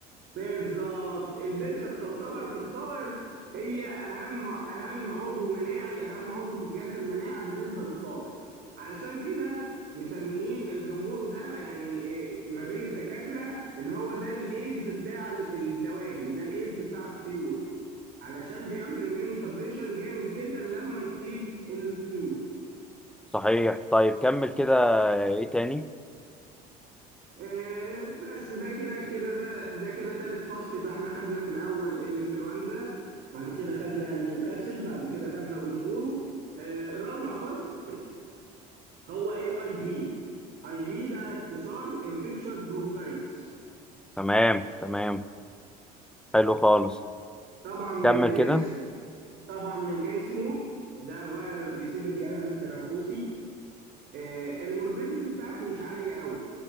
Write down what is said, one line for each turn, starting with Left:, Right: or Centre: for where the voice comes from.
Right: بالظبط البرسه بتعتبر في الطائر هي اهم اهم عضو مناعي اهم عضو في الجهاز المناعي بالنسبه للطائر علشان كده مسميين الجمبورو ده يعني آه، ما بين الدكاتره ان هو ده الايدز بتاع ال- الدواجن ده الايدز بتاع الطيور علشان بيعمل اميونو سبريشن جامد جدا لما يصيب الطيور
Centre: صحيح طيب كمل كده آه، ايه تاني
Right: آه، بس ده كده كده ده ده كده تالت فصل يبقى احنا خدنا في الاول الانفلونزا بعد كده خدنا نيوكاسل بعد كده خدنا جندورو آه، رابع فصل هو الاي بي اي بي ده اختصار انفكشوس برونكايتس
Centre: تمام تمام حلو خالص
Right: طبعا من
Centre: كمل
Right: الاسم
Centre: كده
Right: طبعا من اسمه ده فيروس بيسيب الجهاز التنفسي آه، الموربيديتي بتاعته مش عاليه قوي